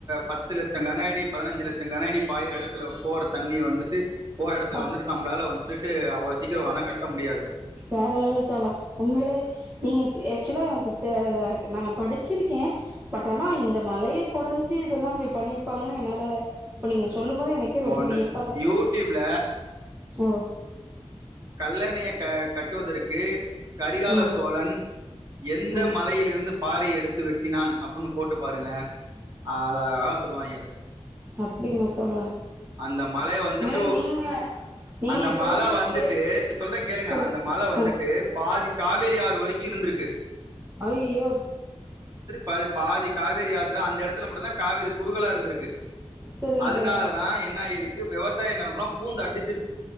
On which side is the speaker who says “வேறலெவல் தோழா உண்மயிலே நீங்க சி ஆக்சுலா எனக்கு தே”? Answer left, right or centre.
Right